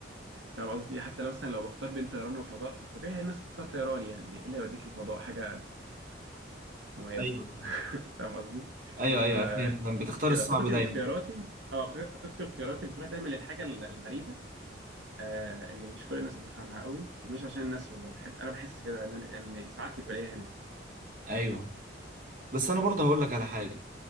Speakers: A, on the right; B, on the right.
A: يعني فاهم قصدي حتى لو مثلا لو بختار بين طيران وفضاء فالطبيعي الناس تختار طيران يعني ايه اللي يوديك لفضاء حاجه مميزه
B: ايوه
A: <laughs> فاهم قصدي
B: ايوه ايوه
A: فكده
B: فاهم فاهم. بتختار الصعب
A: خططي
B: دايما
A: واختياراتي اه خ- خططي واختياراتي بتروح دايما للحاجه ال- الغريبه آه اللي مش كل الناس هتفهمها قوي ومش عشان الناس والله بحب انا بحس كده ان أنا- ان ساعات بلاقيها هنا
B: ايوه بس انا برضه هقول لك على حاجة